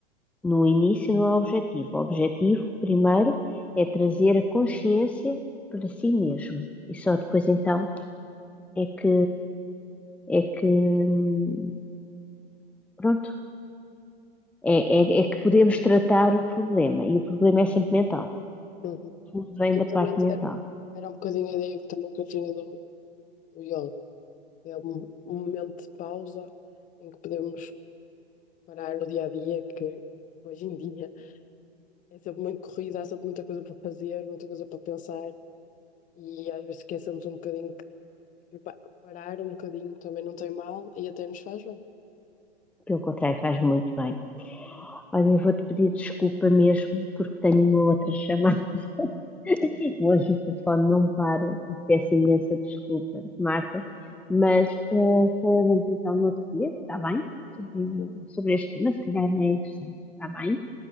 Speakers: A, in the centre; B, on the left (about 25°).
A: No início não é objetivo. O objetivo, primeiro, é trazer a consciência para si mesmo. E só depois então é que é que hum, pronto, é, é, é que podemos tratar o problema. E o problema é sempre mental.
B: Uhum.
A: Tudo vem
B: Eu
A: da parte
B: também te-
A: mental.
B: era, era um bocadinho a ideia que também que eu tinha do, do yoga. É um, um momento de pausa em que podemos parar o dia a dia, que hoje em dia é sempre muito corrido, há sempre muita coisa para fazer, muita coisa para pensar, e às vezes esquecemos um bocadinho que que pa- parar um bocadinho também não tem mal e até nos faz bem.
A: Pelo contrário, faz muito bem.
B: Uhum.
A: Olha, eu vou-te pedir desculpa mesmo, porque tenho uma outra chamada. <laughs> Hoje o telefone não para e peço imensa desculpa, Marta, mas ah, falaremos então no outro dia, está bem? Sobre,
B: Sim, sim.
A: sobre este tema, se calhar é interessante, está bem?